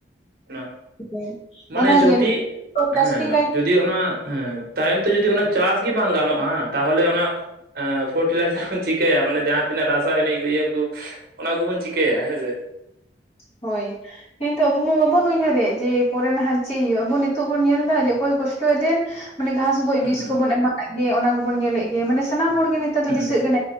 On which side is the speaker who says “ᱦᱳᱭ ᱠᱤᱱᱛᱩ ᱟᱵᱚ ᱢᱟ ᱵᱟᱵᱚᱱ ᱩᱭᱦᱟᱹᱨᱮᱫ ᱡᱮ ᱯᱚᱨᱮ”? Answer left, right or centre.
Left